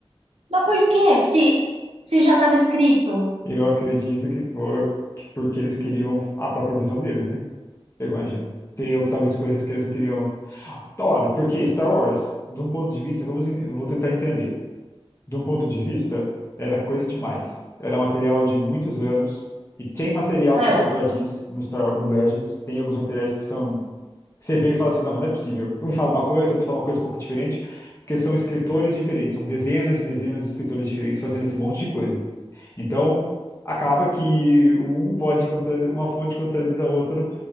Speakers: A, on the right; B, on the left.
A: Mas por quê? Se, se já estava escrito.
B: Eu acredito que for que- porque eles queriam a própria visão deles, né? Eu imagino. Teriam talvez coisas que eles não queriam. Olha, porque Star Wars, de um ponto de vista, vamos, en- eu vou tentar entender. de um ponto de vista, era coisa demais. Era material de muitos anos e tem material
A: Ah,
B: que se contradiz no Star, no Legends. Tem alguns materiais que são que você vê e fala assim, não, mas não é possível. Um fala uma coisa, outro fala uma coisa um pouco diferente, porque são escritores diferentes, são dezenas e dezenas de escritores diferentes fazendo esse monte de coisa. Então, acaba que um pode contra... uma fonte contradiz a outra,